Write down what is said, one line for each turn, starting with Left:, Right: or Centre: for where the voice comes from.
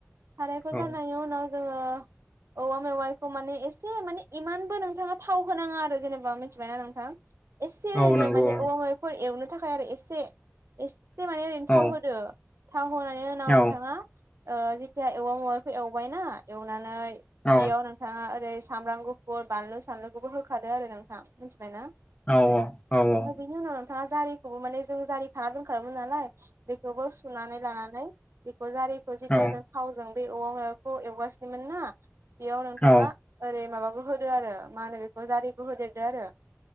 Right: सारायखौ
Left: औ
Right: जानायनि उनाव जोङो औवा मेवायखौ माने एसे माने इमानबो नोंथाङा थाव होनाङा आरो जेनेबा मिथिबायना नोंथां। एसे ओरैनो
Left: औ नंगौ
Right: माने औवा <unintelligible> एवनो थाखाय आरो एसे। एसे माने ओरैनो
Left: औ
Right: थाव होदो थाव होनानै उनाव
Left: औ
Right: नोंथाङा ओ जेथिया एवा माबाखौ एवबायना एवनानै
Left: औ
Right: बेयाव नोंथाङा ओरै सामब्राम गुफुर बानलु सानलुखौबो होखादों आरो नोंथाङा मिथिबायना
Left: औ औ औ
Right: ओमफ्राय
Left: औ
Right: बेनि उनाव नोंथाङा जारिखौबो माने जों जारि खाना दोनखोमोन नालाय बेखौबो सुनानै लानानै बेखौ जारिखौ जेथिया
Left: औ
Right: जों थावजों बे औवा माखौ एवगासिनोमोन ना बेयाव नोंथाङा
Left: औ
Right: ओरै माबखौो होदो आरो मा होनो बेखौ जारिखौ होदो आरो